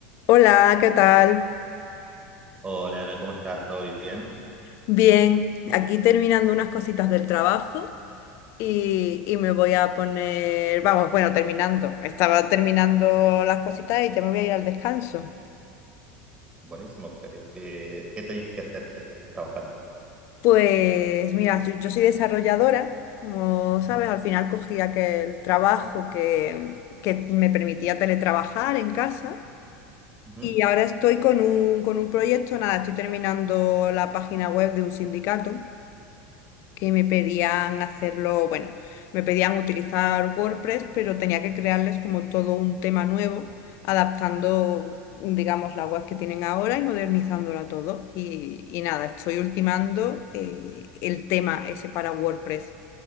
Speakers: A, on the left (about 50°); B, on the right (about 15°).
A: Hola, ¿qué tal?
B: Hola Ana, ¿cómo estás? ¿Todo bien?
A: Bien, aquí terminando unas cositas del trabajo y, y me voy a poner, vamos, bueno, terminando. Estaba terminando las cositas y ya me voy a ir al descanso.
B: Buenísimo. ¿Qué, qué- qué tenías que hacer? ¿De qué estás trabajando?
A: Pues mira, yo, yo soy desarrolladora, como sabes,
B: Ujú,
A: al final cogí aquel trabajo que, que me permitía teletrabajar en casa
B: ujú.
A: y ahora estoy con un, con un proyecto, nada, estoy terminando la página web de un sindicato. que me pedían hacerlo, bueno, me pedían utilizar WordPress, pero tenía que crearles como todo un tema nuevo, adaptando, digamos, la web que tienen ahora y modernizándola todo. Y, y nada, estoy ultimando eh, el tema ese para WordPress.